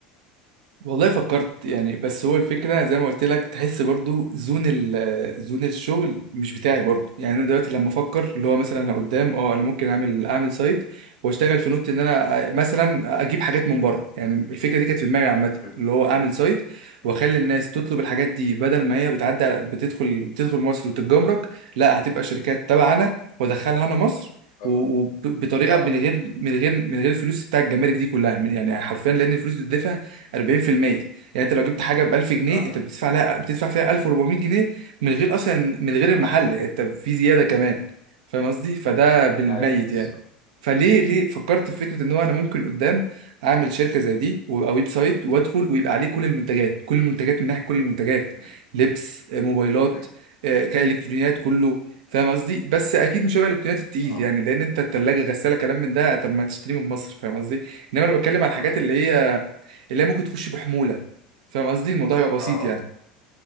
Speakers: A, on the right (about 65°); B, on the left (about 60°).
A: والله فكرت يعني بس هو الفكرة زي ما قلت لك تحس برضو زون ال زون الشغل مش بتاعي برضو يعني انا دلوقتي
B: م-
A: لما افكر اللي هو مثلا انا قدام اه انا ممكن اعمل اعمل سايت واشتغل في نوت ان انا
B: م-
A: مثلا اجيب حاجات من بره يعني الفكرة دي كانت في دماغي عامة
B: م-
A: اللي هو اعمل سايت واخلي
B: م.
A: الناس تطلب الحاجات دي بدل ما هي بتعدي على- بتدخل بتدخل مصر وتتجمرك لا هتبقى شركات تبعنا
B: اه
A: وادخلها انا مصر
B: اه
A: وبطريقه
B: اه
A: من غير من غير من غير الفلوس بتاع الجمارك دي كلها من- يعني حرفيا لان الفلوس بتدفع 40% يعني انت لو جبت حاجه ب 1000 جنيه
B: اه
A: انت بتدفع لها بتدفع فيها 1400 جنيه من غير اصلا من غير المحل
B: اه
A: انت في زياده كمان فاهم قصدي فده بالميت
B: ايوه بالظبط
A: يعني فليه ليه فكرت
B: أمم،
A: في فكره ان هو انا ممكن قدام اعمل شركه زي دي ويبقى ويب سايت وادخل ويبقى عليه كل المنتجات كل المنتجات من ناحيه كل المنتجات
B: أمم،
A: لبس آه، موبايلات
B: أمم.
A: آه، كالكترونيات كله فاهم قصدي بس اكيد مش هيبقى الالكترونيات التقيل
B: اه
A: يعني لان انت التلاجه غساله كلام من ده طب ما تشتري من مصر فاهم قصدي انما انا بتكلم على الحاجات
B: ايوه
A: اللي
B: بالظبط
A: هي اللي هي ممكن تخش بحمولة فاهم قصدي الموضوع هيبقى بسيط
B: اه
A: يعني